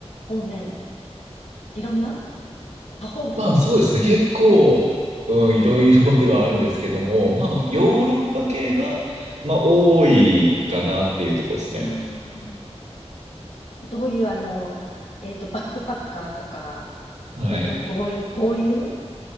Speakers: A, on the left; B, on the right.
A: 方面、いろんな多方面。
B: まあそうですね。結構、うん、いろいろではあるんですけども、まあヨーロッパ系が、
A: うん。
B: まあ多いかなっていうとこですね。
A: ああ、どういう、あの、えっと、バックパッカーとか、
B: はい。
A: それとも豪遊、豪遊